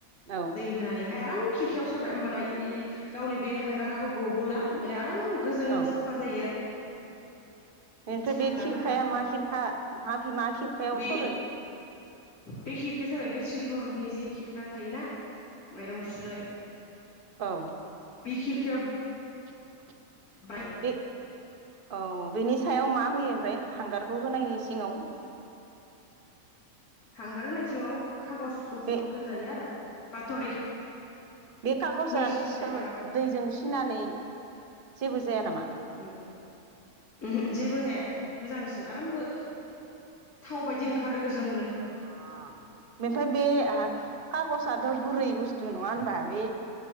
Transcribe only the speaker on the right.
औ
औ
बेनिफ्राय
बे खिरखाया
मा खिरखा मा खिरखायाव
सरो?
औ
<inaudible>
बे औ बेनि सायाव मा होयो ओमफ्राय हांगारखौ होनायनि सिङाव
बे
बे खागजआ
सो
दैजों सिनानै जेबो जाया नामा?
<unintelligible>
ओमफ्राम बे बे खागजआथ गुरै बुस्थु नङा होनबा बे